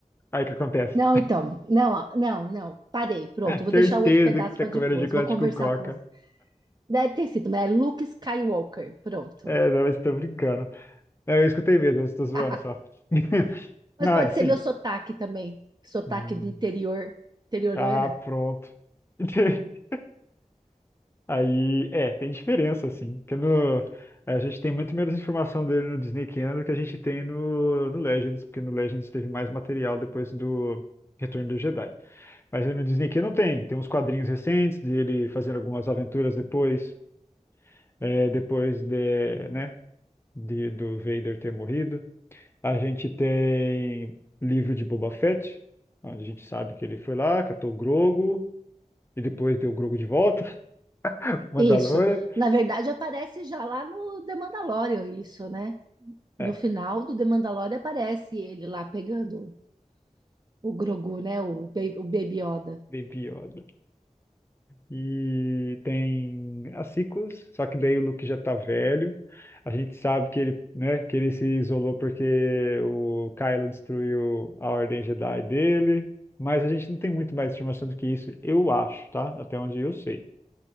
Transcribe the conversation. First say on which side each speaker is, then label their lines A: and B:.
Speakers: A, on the left; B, on the right.
A: Aí o que acontece?
B: Não, então. Não, ó, não, não. Parei. Pronto,
A: <laughs>
B: vou
A: Certeza
B: deixar o outro pedaço
A: que você
B: para
A: tá comendo
B: depois.
A: chocolate
B: Vou conversar
A: com coca.
B: com você. Deve ter sido, mas é Luke Skywalker. Pronto.
A: É, não, mas tô brincando. É, eu escutei mesmo, eu estou zoando
B: <laughs>
A: só. <laughs>
B: Mas
A: Não,
B: pode
A: é assim.
B: ser meu sotaque também. Sotaque
A: hum,
B: de interior, interiorana.
A: tá pronto. <laughs> Aí, é, tem diferença, assim. Porque no, a gente tem muito menos informação dele no Disney Channel do que a gente tem no, no Legends, porque no Legends teve mais material depois do Retorno do Jedi. Mas no Disney Channel tem, tem uns quadrinhos recentes dele fazendo algumas aventuras depois. é, depois de, né, de- do Vader ter morrido. A gente tem livro de Boba Fett, onde a gente sabe que ele foi lá, catou o Grogu, e depois deu o Grogu de volta, <laughs> Mandalorian.
B: Isso. Na verdade, aparece já lá no The Mandalorian, isso, né? No
A: É,
B: final do The Mandalorian aparece ele lá pegando o Grogu, né? O, Ba- o Baby Yoda.
A: Baby Yoda. E tem as sequels, só que daí o Luke já tá velho. A gente sabe que ele, né, que ele se isolou porque o Kylo destruiu a Ordem Jedi dele. Mas a gente não tem muito mais informação do que isso, eu acho, tá? Até onde eu sei.